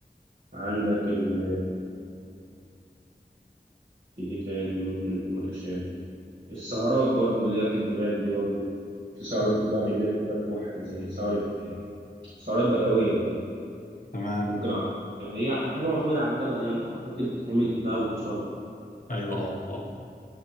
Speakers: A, on the right; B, on the left.
A: عندك ال في ايه تاني ممكن يكون متشابه السهرات برضو اللي هي في الجبال دي برضو في سهرات
B: امم
A: بتبقى بالليل كده تروح زي سهرة سهرات بدوية كده
B: تمام
A: ممكن أعتقد يعني هي حاجة معتمدة على الجبل يعني فأعتقد تتعمل في دهب وفي شرم
B: ايوه اه اه